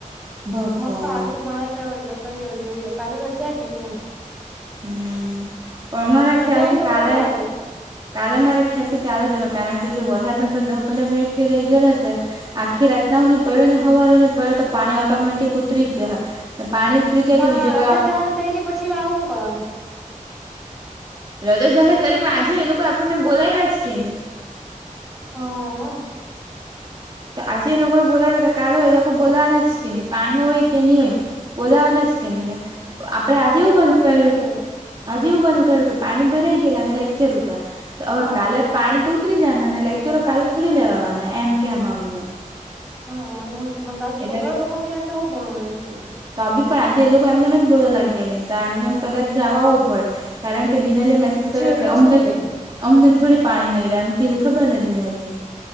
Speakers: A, on the right; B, in the centre.
A: ભગવાન
B: મસ્ત સારી તો મારા હોય એટલે કઈ રે જોઈએ કાલે રજાય કે નહી એમ
A: હમ્મ પણ મારા ખ્યાલ
B: રજા
A: થી
B: તો
A: કાલે
B: વધારે હારું
A: કાલે મારા ખ્યાલ થી ચાલુ જ હોય કારણ કે જો વરસાદ અરે દસ પંદર મિનિટ થી રહી ગયેલો હશે આખી રાતના નહી પડ્યો ને હવાર નહી પડ્યો તો પાણી ઓટોમેટિક ઉતરી જ હે ને પાણી ઉતરી જાય
B: પણ
A: તો બીજો કોઈ
B: રજા જાહેર કરી પછી માર હું કરવાનું
A: રજા જાહેર કરે પણ આજે એ લોકો આપણને બોલાવ્યા જ કે નહીં.
B: હા
A: તો આજે એ લોકો બોલાવે કાલે હોય એ લોકો બોલાવાના છે કે નઈ પાણી હોય કે નઈ હોય બોલાવાના જ કેની ને આપડે આજે એવું
B: હોય તો
A: બંધ
B: પછ
A: કર્યું
B: કરીએ
A: આજે એવું બંધ કરયુ કે પાણી ભરાઈ ગયેલા ને લેકચર હતા તો હવે
B: હા
A: કાલે પાણી તો ઉતરી જના ને લેક્ચરો કાલે થોડી લેવાના એમ કેવા માંગુ મેં
B: હા એ હવ છે પણ કાલે છોકરાઓ
A: એટલે
B: લોકો નિ આંવે તો હું ભણવાનું એમ કે
A: તો આ બી પણજ એ લોકો એમને એમ જ બોલવા લાગ્યા નહી તો એમને એમ કદાચ જવા પડે કારણ કે દિનલે મેસેજ
B: પછી
A: કર્યો
B: વેલા
A: કે અમને
B: છોડ દે
A: અમને થોડી પાણી નહીડે એમ કધું ખબર નથી રહેતી